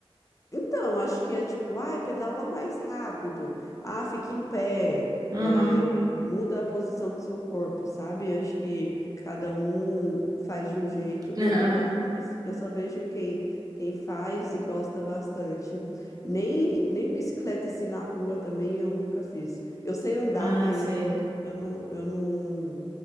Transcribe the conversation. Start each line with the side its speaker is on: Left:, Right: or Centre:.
Left: então, acho que é tipo, ai, pedala mais rápido, ah, fique em pé,
Right: Aham.
Left: é, muda a posição do seu corpo, sabe? Acho que cada um faz de um jeito.
Right: <laughs> Aham.
Left: Eu nunca fiz, eu só vejo quem, quem faz e gosta bastante. Nem, nem bicicleta assim na rua também eu nunca fiz. Eu sei andar,
Right: Ah,
Left: mas
Right: sei.
Left: eu não, eu não